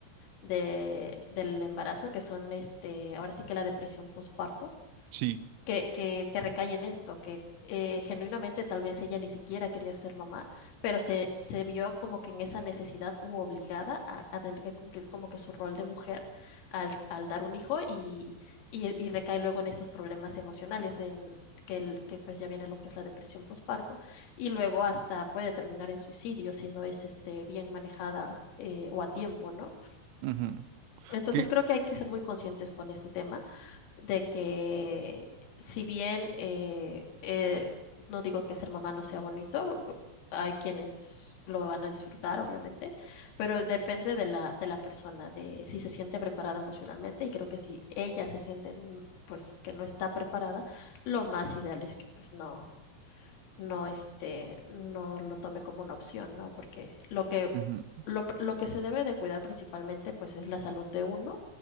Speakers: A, on the left (about 85°); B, on the right (about 85°).
A: de- del embarazo, que son este, ahora sí que la depresión postparto
B: Sí.
A: que, que, que recae en esto, que eh, genuinamente tal vez ella ni siquiera quería ser mamá, pero se, se vio como que en esa necesidad u obligada a, a tener que cumplir como que su rol de mujer al, al dar un hijo y, y- y recae luego en estos problemas emocionales de, que, el- que pues ya viene lo que es la depresión postparto y luego hasta puede terminar en suicidio si no es este, bien manejada eh, o a tiempo, ¿no?
B: ujú,
A: Entonces
B: Que,
A: creo que hay que ser muy conscientes con este tema de que si bien eh, eh, no digo que ser mamá no sea bonito, hay quienes lo van a disfrutar, obviamente, pero depende de la, de la persona, de si se siente preparada emocionalmente y creo que si ella se siente mm, pues que no está preparada, lo más ideal es que pues no no, este, no lo tome como una opción, ¿no? Porque lo que,
B: ujú.
A: lo, lo que se debe de cuidar principalmente, pues, es la salud de uno